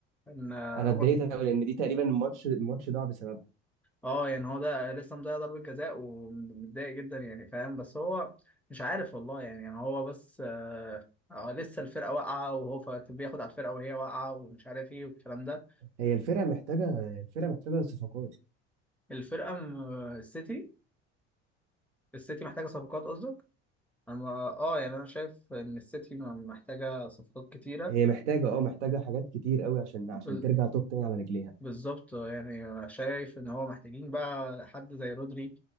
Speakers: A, in the centre; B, on the right (about 80°).
A: كان آه،
B: انا اتضايقت قوي لان دي تقريبا الماتش الماتش ضاع بسببها
A: اه يعني هو ده لسه مضيع ضربة جزاء ومتضايق جدا يعني فاهم بس هو مش عارف والله يعني يعني هو بس آه آه، لسه الفرقة واقعة وهو فت- بياخد على الفرقة وهي واقعة ومش عارف ايه والكلام ده
B: هي الفرقه محتاجه الفرقه محتاجه صفقات
A: فالفرقة م- السيتي السيتي محتاجة صفقات قصدك؟ أنا اه يعني أنا شايف إن السيتي م- محتاجة صفقات كتيرة
B: هي محتاجه اه محتاجه حاجات كتير قوي عشان عشان
A: بال-
B: ترجع توب تاني على رجليها
A: بالظبط يعني شايف إن هو محتاجين بقى حد زي رودري